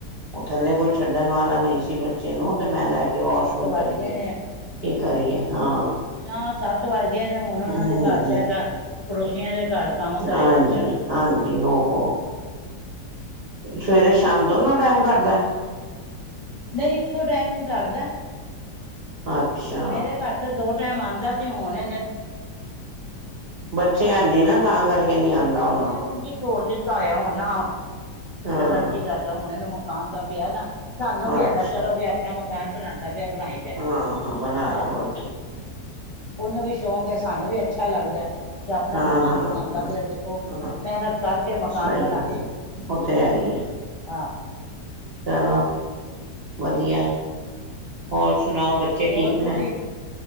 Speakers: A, on the right (about 50°); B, on the left (about 35°).
A: ਉਹ ਥੱਲੇ ਕੋਈ ਛੱਡਣ ਵਾਲਾ ਨਹੀਂ ਸੀ ਬੱਚੇ ਨੂੰ ਤੇ ਮੈਂ ਲੈ ਵਾਸ਼ਰੂਮ
B: ਸੱਤ ਵੱਜ
A: ਚਲੀ
B: ਗਏ
A: ਗਈ ਕੀ ਕਰੀਏ ਹਾਂ
B: ਨਾ ਸੱਤ ਵੱਜ ਗਏ ਨੇ ਹੁਣ ਉਹਨਾਂ ਦੇ
A: ਹਾਂਜੀ
B: ਘਰ ਜਾਏਗਾ ਪੜੋਸੀਆਂ ਦੇ ਘਰ ਕੰਮ ਕਰੇਗਾ
A: ਹਾਂਜੀ
B: ਵਿਚਾਰਾ,
A: ਹਾਂਜੀ ਓਹੋ ਸਵੇਰੇ ਸ਼ਾਮ ਦੋਨੋ ਟਾਈਮ ਕਰਦਾ।
B: ਨਹੀਂ ਇੱਕੋ ਟਾਈਮ ਵੀ ਕਰਦਾ
A: ਅੱਛਾ!
B: ਮੇਰੇ ਘਰ ਤਾਂ ਦੋ ਟਾਈਮ ਆਉਂਦਾ ਸੀ ਹੋਣੇ,
A: ਬੱਚੇ ਹੈ ਨੀ ਨਾ ਤਾਂ ਕਰਕੇ। ਨਹੀਂ ਆਉਂਦਾ ਹੋਣਾ
B: ਨਹੀਂ ਹੁਣ ਜੀ ਛੋੜ ਦਿੱਤਾ ਆਇਆ ਹੁਣ ਨਾ
A: ਹਾਂ
B: ਦਗਰਜੀ ਕਰਦਾ ਹੁਣ ਇਹਨੂੰ ਪਾਣ ਦਾ ਪਿਆ ਨਾ ਸਾਨੂੰ ਵੀ ਹੈਗਾ
A: ਅੱਛਾ
B: ਚਲੋ, ਵੀ ਆਪਣਾ ਮਕਾਨ ਬਣਾਉਂਦਾ ਪਿਆ ਬਣਾਈ ਜਾਏ।
A: ਹਾਂ ਹਾਂ ਬਣਾਏ
B: ਆਹ
A: ਹੋਰ ਕੀ
B: ਉਹਨੂੰ ਵੀ ਸ਼ੌਕ ਹੈ ਸਾਨੂੰ ਵੀ ਅੱਛਾ, ਅੱਛਾ! ਲੱਗਦਾ ਤੇ ਆਪਣਾ
A: ਹਾਂ
B: ਮਕਾਨ
A: ਹਾਂ
B: ਬਣਾਉਦਾ ਪਿਆ ਦੇਖੋ
A: ਹਾਂ ਹਾਂ
B: ਮਿਹਨਤ ਕਰਕੇ ਮਕਾਨ
A: ਸਹੀ
B: ਬਣਾ
A: ਹੈ,
B: ਲਿਆ।
A: ਉਹ ਤੇ ਹੈ ਹੀ ਏ
B: ਹਾਂ।
A: ਚਲੋ ਵਧੀਆ। ਹੋਰ। ਸੁਣਾਓ ਬੱਚੇ
B: ਹੋਰ
A: ਠੀਕ
B: ਤੁਸੀਂ
A: ਨੇ,